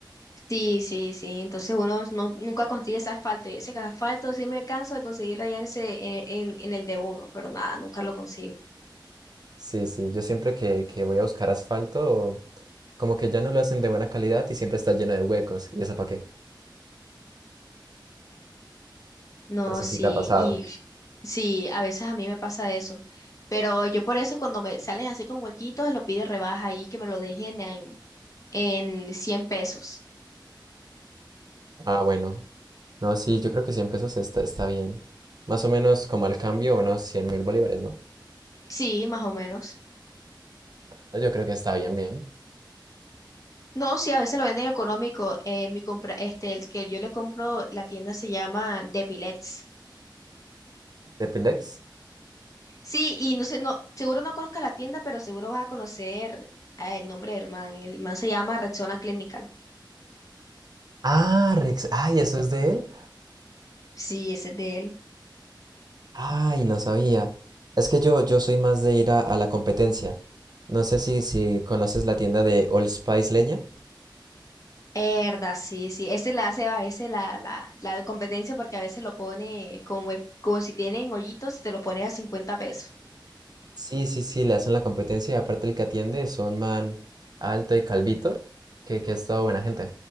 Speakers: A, on the left; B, on the right.
A: Sí, sí, sí. Entonces uno no- nunca consigue ese asfalto. Y ese asfalto sí me canso de conseguirlo allá en ese, en, en- en el de uno, pero nada, nunca lo consigo.
B: Sí, sí, yo siempre que, que voy a buscar asfalto, como que ya no lo hacen de buena calidad y siempre está lleno de huecos. ¿Y eso para qué?
A: No,
B: No sé
A: sí,
B: si te ha pasado.
A: y sí, a veces a mí me pasa eso. Pero yo por eso cuando me salen así con huequitos, lo pide rebaja ahí, que me lo dejen en, en 100 pesos.
B: Ah, bueno. No, sí, yo creo que 100 pesos está, está bien. Más o menos como al cambio, unos 100 mil bolívares, ¿no?
A: Sí, más o menos.
B: Yo creo que está bien, bien.
A: No, sí, a veces lo venden económico. Eh, mi compra, este, el que yo le compro, la tienda se llama Depilets.
B: ¿Depilex?
A: Sí, y no sé, no, seguro no conozcas la tienda, pero seguro vas a conocer eh, el nombre del man. El man se llama Rexona Clinical.
B: Ah, Rex. Ay, ¿eso es de él?
A: Sí, ese es de él.
B: Ay, no sabía. Es que yo, yo soy más de ir a, a la competencia. No sé si, si conoces la tienda de Old Spice Leña.
A: Herda, sí, sí. Ese la hace a veces la, la, la competencia porque a veces lo pone con hue- como si tienen hoyitos, te lo pone a 50 pesos.
B: Sí, sí, sí, le hacen la competencia y aparte el que atiende es un man alto y calvito, que, que es toda buena gente.